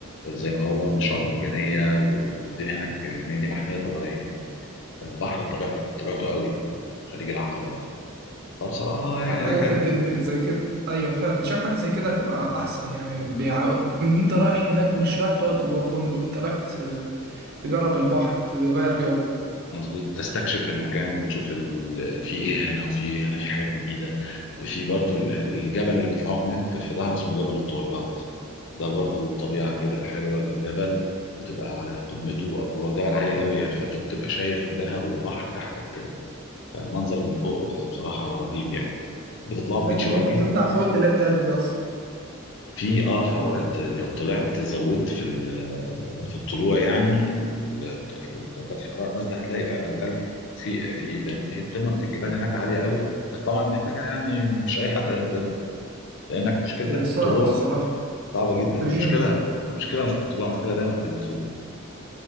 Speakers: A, on the left; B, on the right.
A: زي ما هو من شعاب مرجانيه والدنيا هناك لان دي محميه طبيعيه البحر بطبيعته طبيعته قوي خليج العقبة يعني فبصراحة يعني
B: شاف حاجة
A: لك
B: كده زي كده أيوة فعلا شاف حاجة زي كده هتبقى أحسن يعني بيع... إن أنت رايح هناك مش رايح تقعد جوه فندق أنت رايح تس... تجرب البحر تغير جو
A: مظبوط تستكشف المكان وتشوف ال... في ايه هنا وفي ايه هنا في حاجات جديدة في برضو ال- الجبل اللي بيطلعوه هناك في دهب اسمه جبل الطويلات ده برضو طبيعة كده حلوة للجبل بتبقى على قمته او هو الجبل عالي قوي يعني فانت بتبقى شايف في دهب والبحر تحتك كده فالمنظر من فوق بصراحة رهيب يعني بتطلعوا
B: لقيت
A: بيتش
B: إن
A: باجي
B: أنت بتطلع فوق تلاقي تلج أصلا
A: في اه في اوقات
B: لا،
A: لو طلعت زودت في ال- في الطلوع يعني في ال- في درجات الحراره نازله هتلاقي فعلا ثلج في في لان في قمم في الجبال هناك عاليه قوي بس طبعا محتاجه يعني مش اي حد هيقدر يطلع لانك مشكلتك
B: هي
A: في
B: صعبة
A: الطلوع
B: الصراحة
A: صعبه جدا
B: أكسجين
A: انت مشكله المشكله مش في الطلوع المشكله دايما في النزول